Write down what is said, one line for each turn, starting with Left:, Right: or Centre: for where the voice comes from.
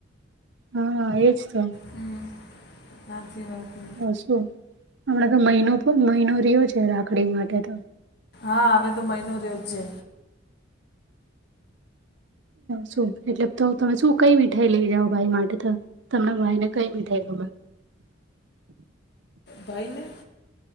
Right: હા, એજ તો.
Left: હા, હાચી વાત. હે
Right: હા, શું હમણા તો મહીનો પણ મહિનો રહ્યો છે, રાખડી માટે તો.
Left: હા, હવે તો મહિનો રહ્યો જ છે.
Right: શું એટલે તો તમે શું કઈ મીઠાઈ લઈ જાવ ભાઈ માટે તો? તમારા ભાઈને કઈ મીઠાઈ ગમે
Left: ભાઈ ને?